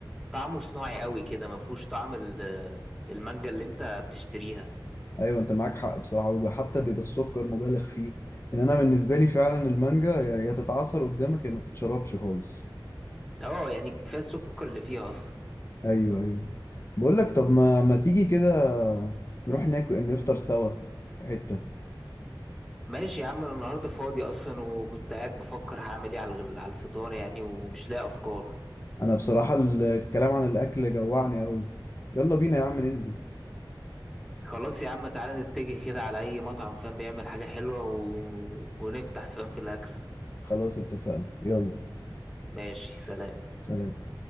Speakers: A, in the centre; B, on the left.
A: طعمه صناعي قوي كده ما فيهوش طعم ال- المانجا اللي انت بتشتريها
B: ايوه انت معاك حق بصراحه وبيبقى- حتى بيبقى السكر مبالغ فيه ان انا بالنسبه لي فعلا المانجا يا يا تتعصر قدامك يا ما تتشربش خالص
A: اه يعني كفايه السكر اللي فيها اصلا
B: ايوه ايوه بقول لك طب ما ما تيجي كده نروح ناكل نفطر سوا في حته
A: ماشي يا عم انا النهارده فاضي اصلا وكنت قاعد بفكر هعمل ايه على الغ- على الفطار يعني ومش لاقي افكار
B: انا بصراحة ال- الكلام عن الاكل جوعني قوي يلا بينا يا عم ننزل
A: خلاص يا عم تعالى نتجه كده على اي مطعم فاهم بيعمل حاجه حلوه و... ونفتح فاهم في الاكل
B: خلاص اتفقنا يلا
A: ماشي سلام
B: سلام